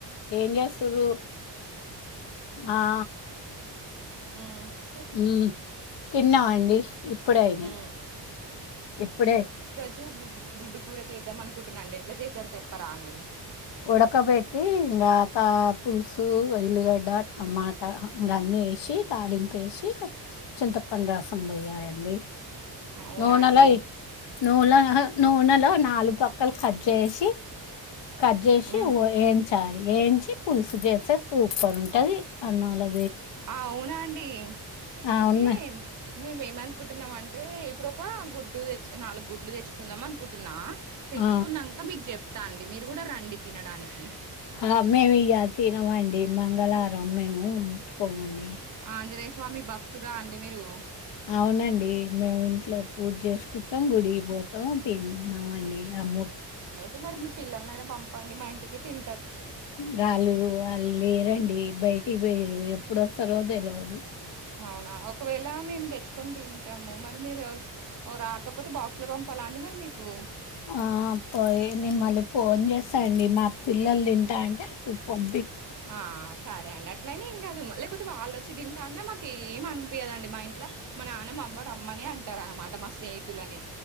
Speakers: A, on the left; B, on the right.
A: ఏం చేస్తురు అ ఆ
B: అ ఆ
A: ఉమ్ తిన్నా అండి ఇప్పుడెఐనై
B: మ్మ్
A: ఇప్పుడే
B: జు గుడ్ల గుడ్డు కూర చేద్దాం అనుకుంటున్నా అండి ఎట్లా జెసారు తెప్పరా అండి
A: ఉడకబెట్టి ఇంగా త పుసు ఎలిగడ్డ టమాటా ఇంగా అన్నీ ఎశి తాలింప్ ఎశి చింతపండ్ రసం పోయాయండి
B: అవునా
A: నూనల
B: అండి
A: ఇ నూన్ల నూనెల నాల్ పక్కల్ కట్ జేసీ కట్ జేసి
B: మ్మ్
A: వో ఏయించాలి ఏంచి పుల్సు జెస్తే సూపర్ ఉంటది అన్నళ్లా
B: అ అవ్ నా అండి
A: అవును
B: అయితే మేమ్ ఏమన్ కుంటున్నాం అంటే ఇప్పుడు ఒక గుడ్డు తెచ్ నాలుగ్ గుడ్లు తెచ్చుకుందాం అనుకుంటున్నా తెచ్చుకున్నాంక
A: ఆ
B: మీక్ జెప్ ఇస్త అండి మీరు కూడా రండి తినడానికి
A: అ మేమ్ ఇయల తినవండి మంగళరం మేము ముట్టుకోమండి
B: ఆంజనేశ్ స్వామి భక్తుర అండి మీరు
A: అవ్ నండి మేమ్ ఇంట్లో పూజ్ జెస్ క్రితం గుడి పోతాం తిన్నాం అండి ఆమూ
B: తే మరి మీ పిల్లలను ఐనా పంపండి మా ఇంటికి తింటరు.
A: వాళ్లు వాళ్ళు లేరండి, బయటికి పోయిర్రు ఎప్పుడస్తరో తెలవదు.
B: అవునా ఒకవేళ మేము తెచ్చుకొని తింటాము మరి మీరు వ ఓ రాకపోతే బాక్స్ లో పంపాలా అండి మరి మీకు.
A: ఆ పోయి నే మళ్ళీ ఫోన్ చేస్తా అండి. మా పిల్లలు తింటా అంటే అప్పుడు పం
B: ఆ సరే అండి అ ట్లని ఏం కాదు లేకపోతే వాళ్ళు ఒచ్చి తింటా అన్నా మాకు ఏం అనిపియదండి. మా ఇంట్ల మా నాన్న మా అమ్మ రమ్మనే అంటారు అనమాట మా స్నేహితులని.